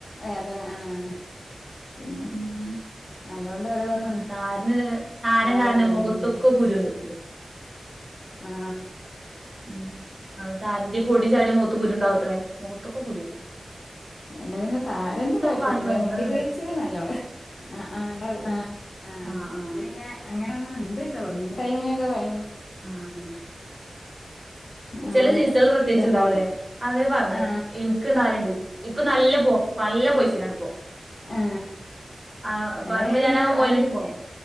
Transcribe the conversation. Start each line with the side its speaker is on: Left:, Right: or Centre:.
Left: വേദന ആഹ്. പിന്നെ
Right: ഉം
Left: അതുകൊണ്ട് ഓരോന്നും
Right: ആ താരന് താരം
Left: ഉണ്ടാകല്ലോ
Right: കാരണ മുഖത്തൊക്കെ
Left: മുടിന്റെ
Right: കുരു വന്നിട്ടുണ്ട്.
Left: ആ
Right: ഉം അന്നട്ട് ആരണ്ട പൊടി ചാടി മുഖ കുരുണ്ടാവത്രേ മുഖത്തക്കെ കുരു.
Left: വേണ്ടതിെ താരന്റെ കഴപ്പൊന്നുമില്ല
Right: വ മരുന്നെന്നാണ്
Left: മുടി കഴിച്ചിട്ട നല്ലോടെ ആഹ് ആ. ആ ആ ആഹ്
Right: ആ ആ
Left: പിന്നെ അങ്ങനെന്ന ഉണ്ട് കേട്ടോ ടൈമിനൊക്കെ ഭയ
Right: ആഹ്
Left: നമ്മള്
Right: ചില സീസണൾ പ്രത്യേകിച്ച്
Left: ഇതൊക്കെ
Right: ഉണ്ടാവൂലേ
Left: ആയി
Right: അങ്ങനെ പറഞ്ഞെ
Left: ആ
Right: എനിക്കുണ്ടാവാറുണ്ട് ഇപ്പൊ നല്ല പോ പല്ല പോയ്സിലാണ് ഇപ്പോ.
Left: ആ
Right: ആ പറമ്പ്
Left: എടാ ഞാൻ
Right: ഞാനാ
Left: പിന്നെ വാരല്ല
Right: ഓല പോ